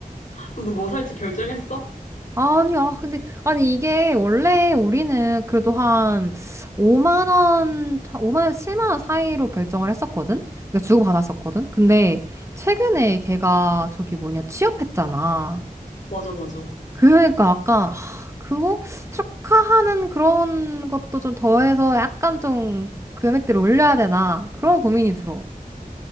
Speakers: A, on the left; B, on the right.
A: 너도 뭐 살지 결정했어?
B: 아니, 아, 근데, 아니, 이게 원래 우리는 그래도 한 5만 원, 오만 원, 7만 원 사이로 결정을 했었거든? 그러니까 주고받았었거든? 근데 최근에 걔가 저기 뭐냐, 취업했잖아.
A: 맞아, 맞아.
B: 그러니까 아까, 하, 그거 축하하는 그런 것도 좀 더해서 약간 좀 금액대를 올려야 되나? 그런 고민이 들어.